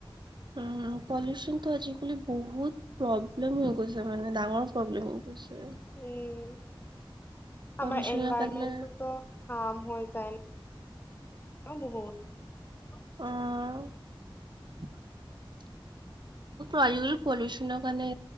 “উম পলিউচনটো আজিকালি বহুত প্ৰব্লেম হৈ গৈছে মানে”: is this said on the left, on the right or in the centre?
Right